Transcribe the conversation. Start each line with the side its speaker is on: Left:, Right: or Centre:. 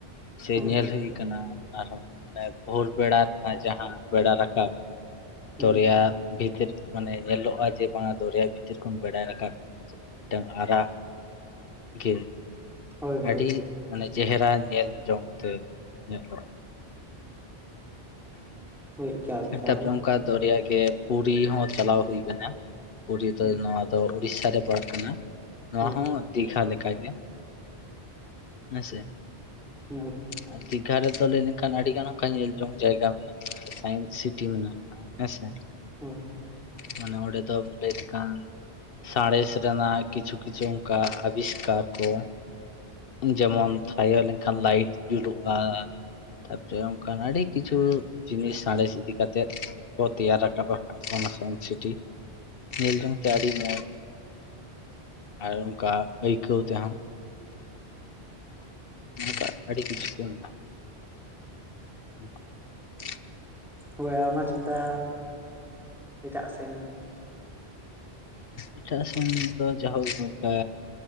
Left: ᱥᱮ
Centre: ᱦᱳᱭ
Left: ᱧᱮᱞ
Centre: ᱦᱳᱭ
Left: ᱦᱩᱭ ᱟᱠᱟᱱᱟ ᱟᱯᱱᱟᱨ ᱦᱚᱸ ᱢᱟᱱᱮ ᱵᱷᱳᱨ ᱵᱮᱲᱟ ᱨᱮᱱᱟᱜ ᱡᱟᱦᱟᱸ ᱵᱮᱲᱟ ᱨᱟᱠᱟᱵ
Centre: ᱦᱩᱸ
Left: ᱫᱚᱨᱭᱟ ᱵᱷᱤᱛᱤᱨ ᱢᱟᱱᱮ ᱧᱮᱞᱚᱜᱼᱟ ᱡᱮ ᱵᱟᱝ ᱫᱚᱨᱭᱟ ᱵᱷᱤᱛᱤᱨ ᱠᱷᱚᱱ ᱵᱮᱲᱟᱭ ᱨᱟᱠᱟᱵ ᱢᱤᱫᱴᱟᱝ ᱟᱨᱟᱜ ᱜᱮ
Centre: ᱦᱳᱭ ᱦᱳᱭ
Left: ᱟᱹᱰᱤ
Centre: ᱦᱳᱭ
Left: ᱢᱟᱱᱮ ᱪᱮᱦᱨᱟ ᱧᱮᱞ ᱡᱚᱝᱛᱮ ᱧᱮᱞᱚᱜᱼᱟ
Centre: ᱦᱳᱭ ᱮᱠᱟᱞ ᱮᱠᱟᱞ
Left: ᱛᱟᱨᱯᱚᱨᱮ ᱚᱱᱠᱟ ᱫᱚᱨᱭᱟ ᱜᱮ ᱯᱩᱨᱤ ᱦᱚᱸ ᱪᱟᱞᱟᱣ ᱦᱩᱭ ᱟᱠᱟᱱᱟ ᱯᱩᱨᱤ ᱫᱚ
Centre: ᱦᱳᱭ
Left: ᱱᱚᱣᱟ ᱫᱚ ᱩᱲᱤᱥᱥᱟ ᱨᱮ ᱯᱟᱲᱟᱜ ᱠᱟᱱᱟ ᱱᱚᱣᱟ
Centre: ᱦᱳᱭ
Left: ᱦᱚᱸ ᱫᱤᱜᱷᱟ ᱞᱮᱠᱟ ᱜᱮ ᱦᱮᱸ ᱥᱮ
Centre: <unintelligible>
Left: ᱟᱨ ᱫᱤᱜᱷᱟ ᱨᱮᱫᱚ ᱞᱟᱹᱭ ᱞᱮᱱᱠᱷᱟᱱ ᱟᱹᱰᱤ ᱜᱟᱱ ᱚᱱᱠᱟ ᱧᱮᱞ ᱡᱚᱝ ᱡᱟᱭᱜᱟ ᱢᱮᱱᱟᱜᱼᱟ ᱥᱟᱭᱮᱱᱥ ᱥᱤᱴᱤ ᱢᱮᱱᱟᱜᱼᱟ ᱦᱮᱸ ᱥᱮ
Centre: ᱦᱚᱭ ᱦᱚᱭ
Left: ᱢᱟᱱᱮ ᱚᱸᱰᱮ ᱫᱚᱢ ᱞᱟᱹᱭ ᱞᱮᱠᱷᱟᱱ ᱥᱟᱬᱮᱥ ᱨᱮᱱᱟᱜ ᱠᱤᱪᱷᱩ - ᱠᱤᱪᱷᱩ ᱚᱱᱠᱟ ᱟᱵᱤᱥᱠᱟᱨ ᱠᱚ ᱡᱮᱢᱚᱱ ᱛᱷᱟᱭᱚ ᱞᱮᱠᱷᱟᱱ ᱞᱟᱭᱤᱴ ᱡᱩᱞᱩᱜᱼᱟ, ᱛᱟᱯᱚᱨᱮ ᱚᱱᱠᱟᱱ ᱟᱹᱰᱤ ᱠᱤᱪᱷᱩ ᱡᱤᱱᱤᱥ ᱥᱟᱬᱮᱥ ᱤᱫᱤ ᱠᱟᱛᱮᱜ ᱠᱚ ᱛᱮᱭᱟᱨ ᱨᱟᱠᱟᱵ ᱟᱠᱟᱫᱟ ᱚᱱᱟ ᱥᱤᱴᱤ ᱧᱮᱞ ᱡᱚᱝ ᱛᱮ ᱟᱹᱰᱤ ᱢᱚᱸᱡᱽ ᱟᱨ ᱚᱱᱠᱟ ᱟᱹᱭᱠᱟᱹᱣ ᱛᱮᱦᱚ ᱱᱚᱝᱠᱟ ᱟᱹᱰᱤ ᱠᱤᱪᱷᱩ ᱢᱮᱱᱟ <inaudible>
Centre: ᱦᱳᱭ ᱚᱱᱟ ᱪᱷᱟᱰᱻᱟ ᱮᱴᱟᱜ ᱥᱮᱱ
Left: ᱮᱴᱟᱜ ᱥᱮᱱ ᱫᱚ ᱡᱟᱭᱦᱳᱠ ᱱᱚᱱᱠᱟ